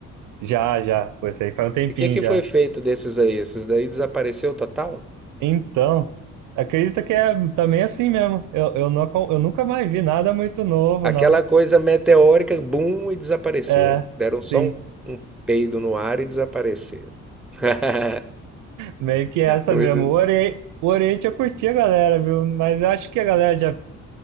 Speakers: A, on the right; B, in the centre.
A: Já, já, foi isso aí faz um tempinho
B: E o que que
A: já.
B: foi feito desses aí? Esses daí desapareceu total?
A: Então, acredita que é também assim mesmo. Eu, eu, não, acom- eu nunca mais vi nada muito novo,
B: Aquela
A: não.
B: coisa meteórica, bum, e desapareceram.
A: É,
B: Deram só
A: sim.
B: um, um peido no ar e desapareceram. <laughs>
A: Meio que essa
B: Muito-
A: mesmo. O Oriente, o Oriente eu curti a galera, viu? Mas eu acho que a galera já,